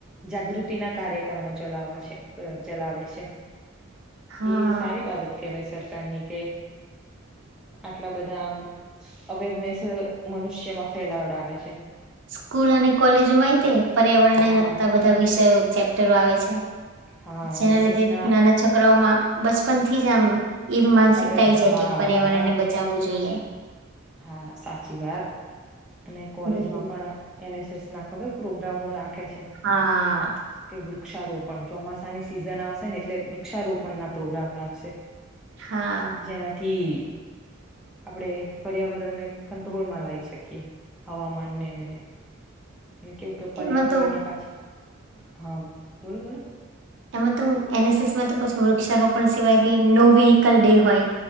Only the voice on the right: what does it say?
હા
સ્કૂલ અને કોલેજોમાંય તે પર્યાવરણને
લગતા બધા વિ ચેપ્ટરો આવે છે.
જેના
લીધે
નાના છોકરાઓમાં બચપનથી જ આમ એવી માનસિકતા
એ જાય
કે પર્યાવરણ
ને બચાવવું જોઈએ.
હમ
હા
હા
એમાં તો
એમાં તો એન એસ એસમાં તો પછી વૃક્ષારોપણ સિવાય બી નો વેહીકલ ડે હોય.